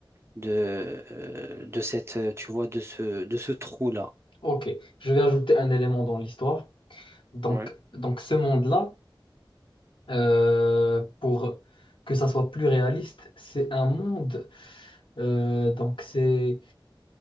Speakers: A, on the right; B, on the left.
A: de, euh, de cette, euh, tu vois, de ce, de ce trou-là.
B: OK. Je vais ajouter un élément dans l'histoire. Donc,
A: Oui.
B: donc ce monde-là, euh, pour que ça soit plus réaliste, c'est un monde. euh, donc, c'est.